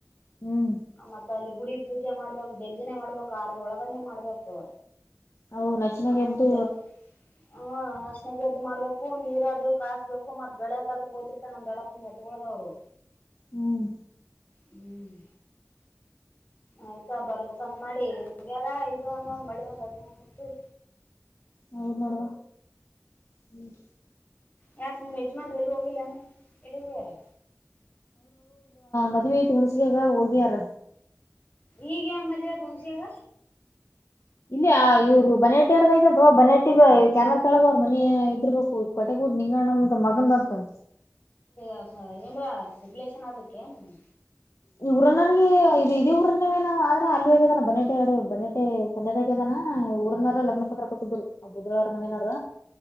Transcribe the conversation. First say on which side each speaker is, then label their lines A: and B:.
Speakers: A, on the left; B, on the left.
A: ಹ್ಮ್
B: ಮತ್ತ ಅಲ್ಲಿ ಗುಡಿ ಪೂಜೆ ಮಾಡ್ಬೇಕ ಜಲ್ದಿನೆ. ಮಾಡ್ಬೇಕು ಆರ್ರೊಳಗನ್ನೇ ಮಾಡ್ಬೇಕು
A: ಅವು ನಶಿನಾಗ
B: ಹಜ
A: ಎದ್ದು
B: ಹ ಅಶನಗೆ ಎದ್ದು ಮಾಡ್ಬೇಕು ನೀರ ಕಸ್ಬೇಕು ಮತ್ ಬೆಳೆಯಕ ಅದಕ್ ಕೋತಿರ್ತ ನ ದಡಪನ ಎತ್ತಗೋದವ್ರು
A: ಹ್ಮ್
B: ಹ್ಮ್ ಆಯ್ತಾ ಬರ್ಬೇಕಂತ ಮಾಡಿ್ಯಾರ ಇ ಒಂದ ಒಂದ ಮಳಿ ಒಂದ್ ಹತ್ನ್ಸತ
A: ಹ ಮಾಡಡುವ ಹ್ಮ್
B: ಯಕ ನೀ ಮೇಜರ್ಮ ಎಲ್ಲೋಗಲ್ಲನೆ ಎಲ್ಲಿ ಬಚಾರೆ
A: ಮದ್ೆ ಐತಿ ಮುುಣಸಗಾಗ ಹೋಗ್ಯಾರ
B: ಈಗ ಯಾ ಮದುವೆ ಆಯ್ತು ಹುಣ್ಸೆಗ
A: ಇಲ್ಲ ಇವರು ಬನೇಟಿಾರದಂತವಾ ಬನೇಟಿ ಬ ಕ್ಯಾನಲ್ ಕೆಳಗ ಅವ್ರ ಮನ ಇದರ್ಬೇಕು ಕೊಟೆಗೂಡ್ ನಿಂಗಣ್ಣ ಮಗನ್ ಅರ್ತ
B: ಅದ ಏನ್ರ ರಿಲೇಷನ್ ಆಗಬೇಕ ಏನ
A: ಈ ಊರ ನನಗೆ ಇ ಇದೇ ಊರನ್ನವೇ ನಾವವು ಆದ್ರೆ ಅಲ್ಲಿ ಹಾಗಗೆದ ಬನಟೆ ಆಡ ಬನೇಟೆ ಸನ್ಯದಾಗದಾನ ಹ ಊರನವಾರ ಲಗ್ನ ಪತ್ರ ಕೊಟ್ಟಿದ್ರು ಬುಧ್ವಾರ ಮನವಾರ